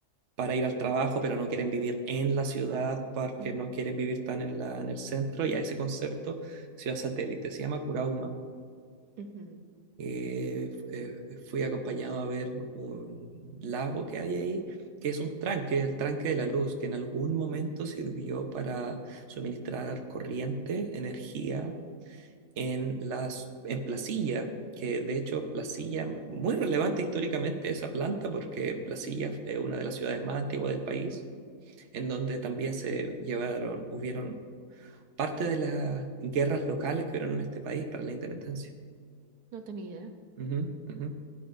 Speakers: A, on the right (about 50°); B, on the right (about 75°).
A: para ir al trabajo, pero no quieren vivir en la ciudad porque
B: Ajá,
A: no quieren vivir tan en la, en el centro, y a ese concepto, ciudad satélite, se llama Curauma
B: ujú,
A: eh, f- eh, fui acompañado a ver un lago que hay ahí, que es un tranque, el tranque de la luz, que en algún momento sirvió para suministrar corriente, energía en las, en Placilla, que de hecho Placilla, muy relevante históricamente esa planta, porque Placilla es una de las ciudades más antiguas del país, en donde también se llevaron, hubieron parte de las guerras locales que hubieron en este país para la independencia.
B: No tenía idea.
A: Ujú, ujú.